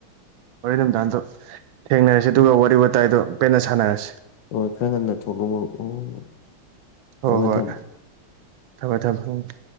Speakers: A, on the right; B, on the left.
A: ꯍꯣꯔꯦꯟ ꯅꯨꯃꯤꯗꯥꯡ ꯗꯣ ꯊꯦꯡꯅꯔꯁꯤ
B: ꯎꯝ
A: ꯑꯗꯨꯒ ꯋꯥꯔꯤ ꯋꯥꯇꯥꯏꯗꯣ ꯄꯦꯟꯅ ꯁꯥꯟꯅꯔꯁꯤ
B: ꯍꯣꯏ ꯈꯔ ꯉꯟꯅ ꯊꯣꯛꯂꯛꯑꯣ ꯑꯣ
A: ꯍꯣꯏ-
B: ꯊꯝꯃꯦ
A: ꯍꯣꯏ
B: ꯊꯝꯃꯦ
A: ꯊꯝꯃꯦ- ꯊꯝꯃꯦ ꯫